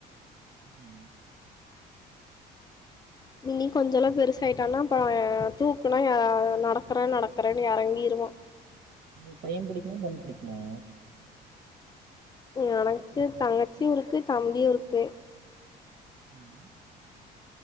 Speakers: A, on the right; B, on the left.
A: உம்
B: இனி கொஞ்சல்லா பெருசாயிட்டானா அப்பற தூக்குனா நடக்கறே நடக்கறன்னு எறங்கிருவா
A: உ பையன் புடிக்குமா பொண்ணு புடிக்குமா
B: எனக்கு தங்கச்சியு இருக்கு தம்பியு இருக்கு
A: உம்